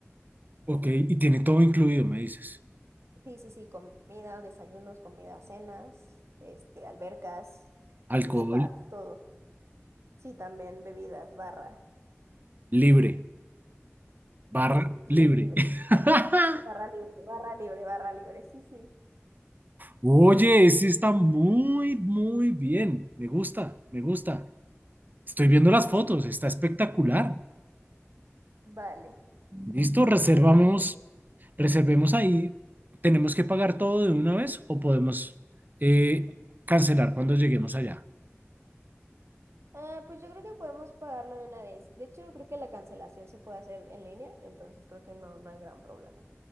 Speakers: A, on the right; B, on the right.
A: Ok, y tiene todo incluido, me dices.
B: Sí, sí, sí, comida, desayunos, comida, cenas, este, albercas,
A: Alcohol
B: spas, todo. Sí, también bebidas, barra.
A: libre, barra
B: Sí, libre,
A: libre.
B: libre.
A: <laughs>
B: Barra libre, barra libre, barra libre. Sí, sí.
A: Oye, ese está muy, muy bien. Me gusta, me gusta. Estoy viendo las fotos, está espectacular.
B: Vale.
A: Listo, reservamos, reservemos ahí. ¿Tenemos que pagar todo de una vez o podemos eh, cancelar cuando lleguemos allá?
B: Ah, pues yo creo que podemos pagarlo de una vez. De hecho, creo que la cancelación se puede hacer en línea, entonces creo que no, no hay gran problema.